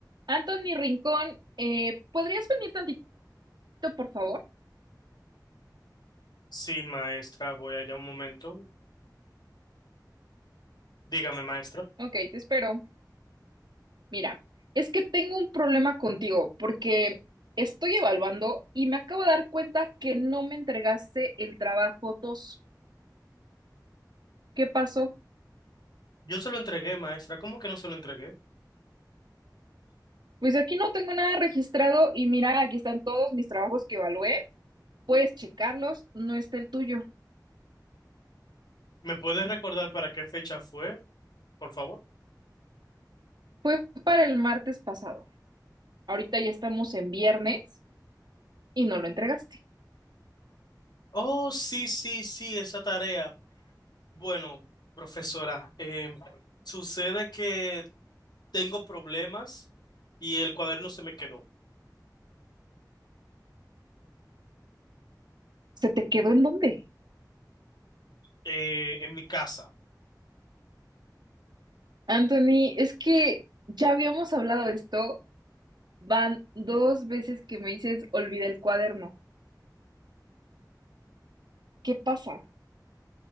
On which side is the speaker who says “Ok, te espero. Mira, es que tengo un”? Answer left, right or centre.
Right